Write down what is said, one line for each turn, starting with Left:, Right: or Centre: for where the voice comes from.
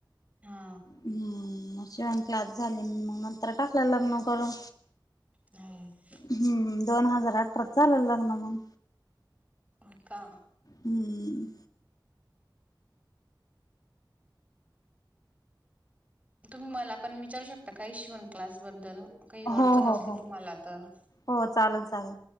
Right: हा
Left: हम्म म शिवण क्लास झाली मग नंतर टाकल लग्न करून
Right: हो
Left: हम्म दोन हजार अठरात झाल लग्न मग
Right: होय का.
Left: हम्म.
Right: तुम्ही मला पण विचारू शकता काही शिवण क्लास बद्दल काही अडचण
Left: हो
Right: असली
Left: हो हो
Right: तुम्हाला तर
Left: हो चालेल चालेल